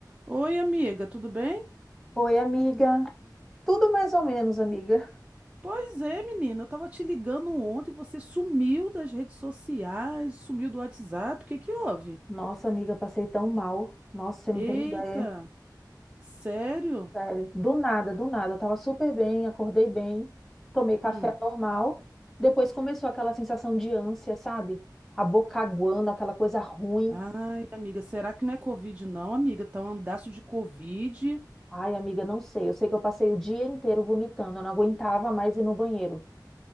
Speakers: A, on the right; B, in the centre.
A: Oi, amiga, tudo bem?
B: Oi, amiga. Tudo mais ou menos, amiga.
A: Pois é, menina, eu tava te ligando ontem, você sumiu das redes sociais, sumiu do WhatsApp, o que que houve?
B: Nossa, amiga, passei tão mal. Nossa, você
A: Eita,
B: não tem ideia.
A: sério?
B: Sério. Do nada, do nada. Eu tava super bem, acordei bem, tomei café
A: Hum.
B: normal. Depois começou aquela sensação de ânsia, sabe? A boca aguando, aquela coisa ruim.
A: Ai, amiga, será que não é Covid não, amiga? Tá um andaço de Covid.
B: Ai, amiga, não sei. Eu sei que eu passei o dia inteiro vomitando. Eu não aguentava mais ir no banheiro.